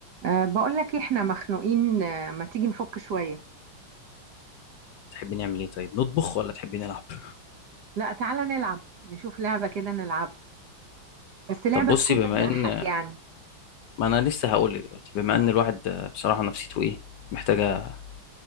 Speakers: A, on the right; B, on the left.
A: أه بقول لك احنا مخنوقين آه، ما تيجي نفك شوية
B: تحبي نعمل ايه طيب نطبخ ولا تحبي نلعب <laughs>
A: لا تعالى نلعب نشوف لعبة كده نلعبها بس لعبة
B: طب بصي
A: تكون
B: بما
A: بتضحك
B: ان
A: يعني
B: ما انا لسه هقول لك دلوقتي بما ان الواحد آه، بصراحه نفسيته ايه محتاجه